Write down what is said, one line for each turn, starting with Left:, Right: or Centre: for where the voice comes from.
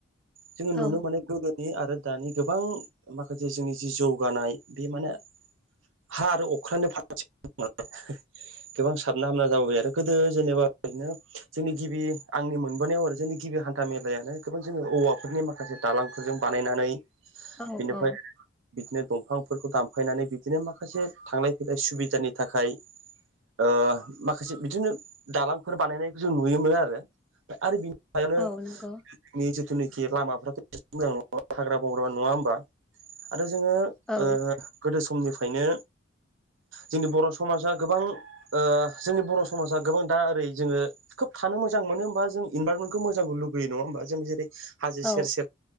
Right: जोङो
Centre: औ
Right: नुनो माने गोदो नि आरो दानि गोबां माखासे जोंनि जि जौगानाय बे माने हा आरो अख्रांनि <unintelligible> गोबां साबना हामना जाबोबाय आरो गोदो जेनेबा ओरैनो जोंनि गिबि आंनि मोनबोनायाव आरो जेन जोंनि गिबि हान्था मेलायानो गोबां जोङो औवाफोरनि माखासे दालांफोरजों बानायनानै
Centre: औ
Right: बिनिफ्राय
Centre: औ
Right: बिदिनो दंफांफोरखौ दानफायनानै बिदिनो माखासे थांलाय फैलाय सुबिदानि थाखाय ओ माखासे बिदिनो दालांफोर बानायनायखौ जों नुयोमोन आरो आरो बि सायावनो
Centre: औ नंगौ
Right: <unintelligible> जिथुनिखि लामाफ्राथ' <inaudible> मोजां नङा हाग्रा बंग्रा नङा होमबा आरो जोङो
Centre: औ
Right: ओ गोदो समनिफ्रायनो जोंनि बर' समाजा गोबां ओ जोंनि बर' समाजा गोबां दा ओरै जोङो खोब थानो मोजां मोनो होमबा जोंनि इनभाररनमेन्खौ मोजां <unintelligible> लुबैयो नङा होमबा जों जेरै हाजो
Centre: औ
Right: सेर सेर